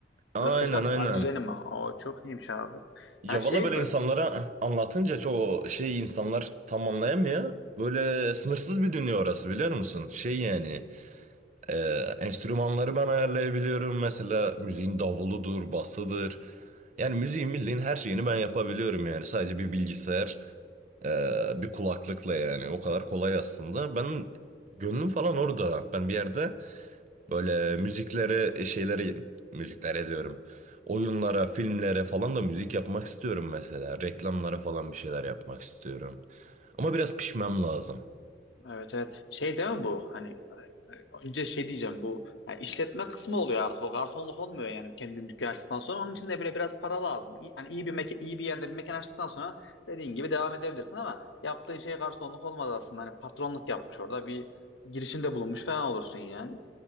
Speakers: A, on the right; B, on the left.
A: Aynen
B: Ya da ses a-
A: aynen.
B: düzeni mi? O çok iyiymiş abi.
A: Ya
B: Ha şey
A: valla böyle
B: z-
A: insanlara anlatınca çoğu şey insanlar tam anlayamıyor. Böyle sınırsız bir dünya orası biliyor musun? Şey yani Ee, enstrümanları ben ayarlayabiliyorum. Mesela müziğin davuludur, basıdır. Yani müziğin bildiğin her şeyini ben yapabiliyorum yani. Sadece bir bilgisayar, e, bir kulaklıkla yani. O kadar kolay aslında. Ben gönlüm falan orada. Ben bir yerde böyle müziklere, şeyleri, müziklere diyorum. Oyunlara, filmlere falan da müzik yapmak istiyorum mesela. Reklamlara falan bir şeyler yapmak istiyorum. Ama biraz pişmem lazım.
B: evet evet. Şey değil mi bu? Hani Önce şey diyeceğim bu ya işletme kısmı oluyor artık o garsonluk olmuyor yani kendin dükkan açtıktan sonra onun için de bile biraz para lazım. İyi- Hani iyi bir meke, iyi bir yerde bir mekan açtıktan sonra dediğin gibi devam edebilirsin ama yaptığın şey garsonluk olmaz aslında. Hani patronluk yapmış orada bir girişimde bulunmuş falan olursun yani.